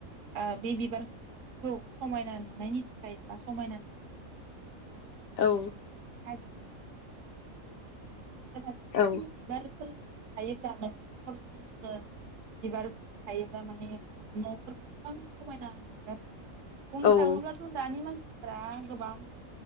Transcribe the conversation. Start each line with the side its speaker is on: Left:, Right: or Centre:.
Right: ओ बे बिबारखौ समायना नुनायनि थाखाय बा समायना नुनो थाखाय
Left: औ
Right: ओ साजायनानै बेरा फारसेथिं
Left: औ
Right: बिबारफोर थायोब्ला नखर नखर जुदि जोङो बिबारफोर थायोब्ला माने न'फोरखौ गोबां समायना नुयो आरो बुंनो
Left: औ
Right: थाङोब्लाथ' दानि मान सिफोरा गोबां